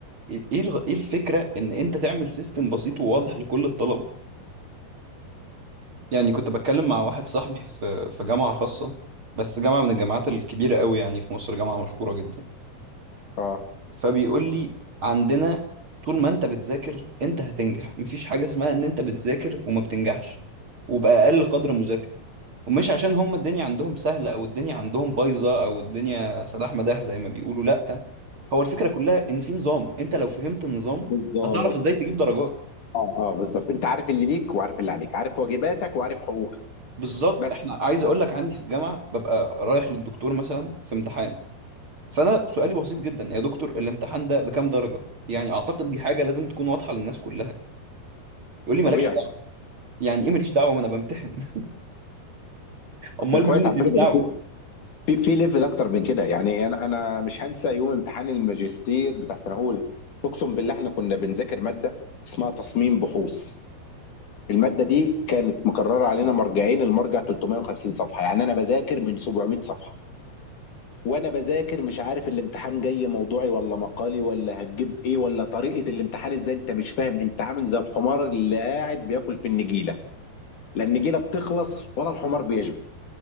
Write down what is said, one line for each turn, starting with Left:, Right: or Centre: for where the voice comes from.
Right: إيه إيه الغ- إيه الفكرة إن أنت تعمل سيستم بسيط وواضح لكل الطلبة يعني كنت بتكلم مع واحد صاحبي في في جامعة خاصة بس جامعة من الجامعات الكبيرة قوي يعني في مصر جامعة مشهورة جدا
Left: اه
Right: فبيقول لي عندنا طول ما انت بتذاكر انت هتنجح مفيش حاجة اسمها ان انت بتذاكر وما بتنجحش وبأقل قدر مذاكرة ومش عشان هم الدنيا عندهم سهلة او الدنيا عندهم بايظة او الدنيا سداح مداح زي ما بيقولوا لا هو الفكرة كلها ان في نظام انت لو فهمت النظام
Left: بالظبط
Right: هتعرف ازاي تجيب درجات
Left: اه اه بالظبط انت عارف اللي ليك وعارف اللي عليك عارف واجباتك وعارف حقوقك
Right: بالظبط
Left: بس
Right: احنا عايز اقول لك عندي في الجامعة ببقى رايح للدكتور مثلا في امتحان فانا سؤالي بسيط جدا يا دكتور الامتحان ده بكام درجة يعني اعتقد دي حاجة لازم تكون واضحة للناس كلها يقول لي مالكش
Left: طبيعي
Right: يعني ايه ماليش دعوه ما انا بمتحن <laughs> امال
Left: ده كويس
Right: مين اللي
Left: على فكره
Right: ليه
Left: ده
Right: دعوه
Left: في في ليفل اكتر من كده يعني انا انا مش هنسى يوم امتحان الماجستير بتاع سنه اولى اقسم بالله احنا كنا بنذاكر ماده اسمها تصميم بحوث الماده دي كانت مكرره علينا مرجعين المرجع 350 صفحه يعني انا بذاكر من 700 صفحه وانا بذاكر مش عارف الامتحان جاي موضوعي ولا مقالي ولا هتجيب ايه ولا طريقه الامتحان ازاي انت مش فاهم انت عامل زي الحمار اللي قاعد بياكل في النجيله لا النجيله بتخلص ولا الحمار بيشبع